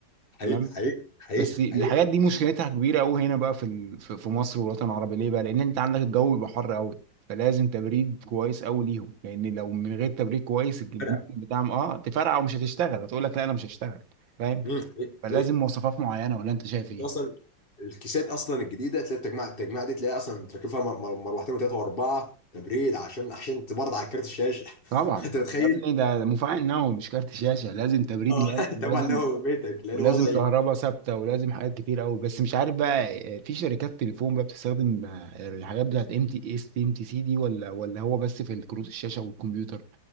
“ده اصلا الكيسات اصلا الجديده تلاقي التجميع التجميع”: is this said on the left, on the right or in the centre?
Left